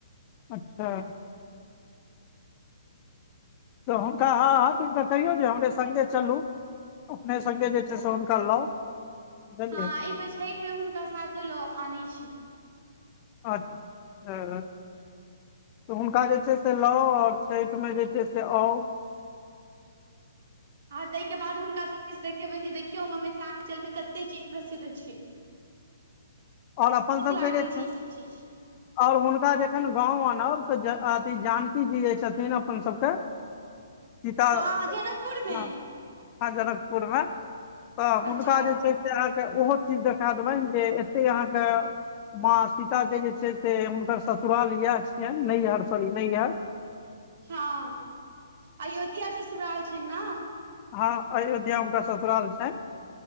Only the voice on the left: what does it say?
अच्छा। तऽ हुनका हँ हँ तऽ हुनका कहियौ जे हमरे सङ्गे चलू। अपने संगे जे छै। से हुनका लाउ बुझलियै
अच्छा तऽ हुनका जे छै। से लाउ आओर छठि मऽ जे छै। से आउ
आओर अपन सभके
जे छै।
आओर हुनका जखन गाँंव आनब तऽ अथि जानकी जी जे छथिन। अपन सभके सीता
हँ। जनकपुरमे तऽ हुनका
जे छै। से अहाँके ओहो चीज देखा देबनि जे एते अहाँके माँ सीता के जे छै। से हुनकर ससुराल इएह छियनि। नेहियर सॉरी नेहियर <inaudible>
हँ अयोध्या हुनका ससुराल छैयन।